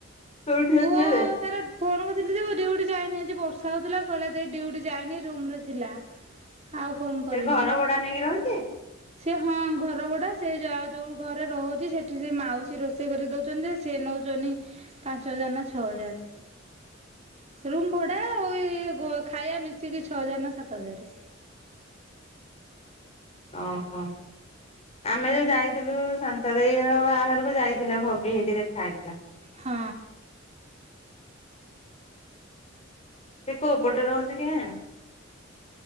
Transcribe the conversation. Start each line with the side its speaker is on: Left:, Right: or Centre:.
Left: କୋଉଠି
Right: ପୁଅ
Left: ଅଛି ଏବେ
Right: ତାର ଫୋନ୍ କଥିଲି ଯେ ଡି ଯାଇନି ଆଜି ବର୍ଷା ହଉଥିଲା କଲା ଦେଇ ଡିଉଟି ଯାଇନି ରୁମ ରେ ଥିଲା। ଆଉ ଫୋନ୍
Left: ସେ
Right: କରିନି।
Left: ଘର ଭଡା ନେଇକି ରହୁଛି
Right: ସେ ହଁ ଘର ବଡା ସେ ଯ ଯୋଉ ଘରେ ରହୁଛି ସେଠି ସେ ମାଉସୀ ରୋଷେଇ କରି ଦଉଛନ୍ତି ଯେ ସେ ନଉଛନ୍ତି ପାଞ୍ଚ ହଜାର ନା ଛଅ ହଜାର।
Left: ହ
Right: ରୁମ ଭଡା ଆଁ ଉ ଖାଇବା ମିିଶିକି ଛ ହଜାର ନା ସାତ ହଜାର।
Left: ଓ ହୋ। ଆମେ ଯୋଉ ଯାଇଥିଲୁ ଶନ୍ତା ଦେଇ ବାହାଘରକୁ ଯାଇଥିଲା ଭବି ହେଇଠି ଦେଖା ହେଇଥିଲା।
Right: ହଁ।
Left: ସେ କୋଉ ପଟେ ରହୁଛି କେଜାଣି?